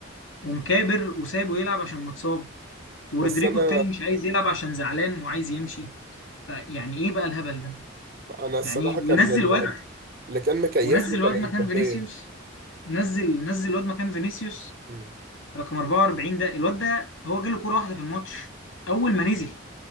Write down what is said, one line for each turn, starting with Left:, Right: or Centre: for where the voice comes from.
Left: ومكابر وسابه يلعب عشان متصاب ورودريجو
Right: بس انا
Left: التاني مش عايز يلعب عشان زعلان وعايز يمشي فيعني ايه بقى الهبل ده
Right: انا الصراحه
Left: يعني إيه؟
Right: كان
Left: وينزل
Right: ال-
Left: واد
Right: اللي كان مكيفني
Left: ونزل
Right: كان
Left: واد مكان
Right: امبابي
Left: فينيسيوس نزل نزل واد مكان فينيسيوس
Right: مم.
Left: رقم 44 ده الواد ده هو جاله كرة واحدة في الماتش اول ما نزل